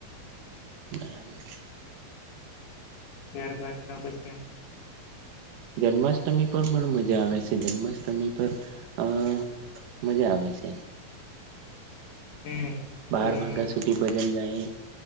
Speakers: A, on the right; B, on the left.
A: બરાબર
B: ત્યારબાદ તો પછી એમ
A: જન્માષ્ટમી પર પણ મજા આવે છે જન્માષ્ટમી પર અ મજા આવે છે
B: હમ
A: બાર
B: પણ
A: વાગ્યા સુધી ભજન જાય